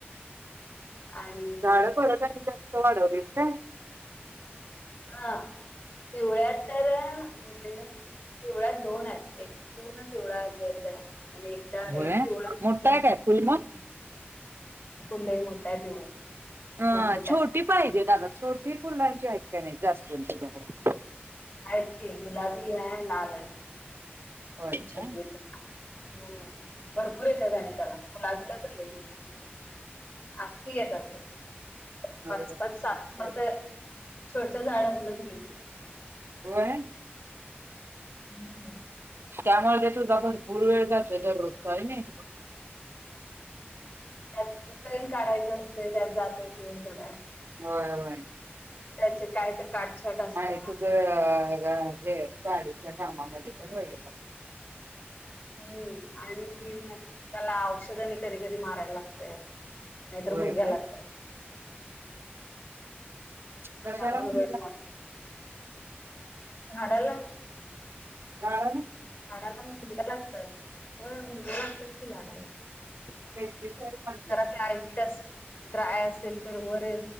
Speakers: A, on the left; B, on the right.
A: आणि
B: झाडं परत आणि जास्त वाढवलीस काय?
A: हा पिवळ्यात तर म्हणजे पिवळ्या दोन आहेत एक पूर्ण पिवळाय जर जरा आणि एक त्या
B: होय
A: एक पिवळा
B: मोठा आहे काय फुल मग?
A: <unintelligible> फुल लई मोठा त्यो
B: अ
A: खूप मोठा
B: छोटी
A: आहे.
B: पाहिजेत अगं छोटी फुलांची आहेत काय नाही जास्वंदी <unintelligible>
A: आहेत की गुलाबी हाय लाल हाय.
B: होय
A: ती छोटी
B: काय
A: आहेत. हम्म. भरपूर येत्यात आणि त्याला <unintelligible> तर लई. अख्खी येतात <unintelligible>
B: बरोबर
A: पाच पाच, सात
B: मस्त
A: सात
B: आहे की
A: तर छोट झाड असलं तरी.
B: होय.
A: हम्म.
B: त्यामुळं ते तुझा भरपूर वेळ जातोय दररोजचा होय नाई.
A: त्यात तैन काढायचं असतंय त्यात जातोयचं वेळ थोडा.
B: होय, होय.
A: त्या काय तर काटछाट असत्या
B: आणि तुझं हे साडीच्या कामामध्ये पण वेगळ लाग
A: हम्म आणि त्याला औषध आणि कधी कधी मारायला लागतंय. नाहीतर
B: होय
A: मुंग्या
B: काय
A: लागतात.
B: कशाला
A: त्यामुळं
B: म्हणजे
A: वेळ मार झाडाला
B: आ?
A: झाडाला मुंग्या लागतात? होय मुंग्या लागतात की झाडांना.
B: <unintelligible> तरी पण
A: जरा क्लायमेट असेल ड्राय असेल तर वर <unintelligible>